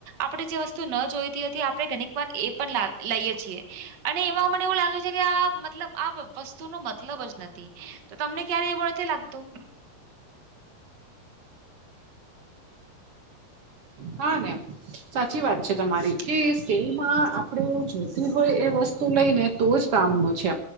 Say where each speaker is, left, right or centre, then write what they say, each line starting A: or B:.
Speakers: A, on the right; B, on the right.
A: આપડે જે વસ્તુ ન જોઈતી હતી આપડે ઘણીક વાર એ પણ લાવ લઈએ છીએ, અને એમાં મને એવું લાગે છે કે, આ મતલબ આ વસ્તુનો મતલબ જ નથી. તો તમને ક્યારે એ, તે લાગતું.
B: હા ને. સાચી વાત છે તમારી, કે સેલમાં આપણેે જોતી હોય, એ વસ્તુ લઈને. તો જ કામ નુ છે,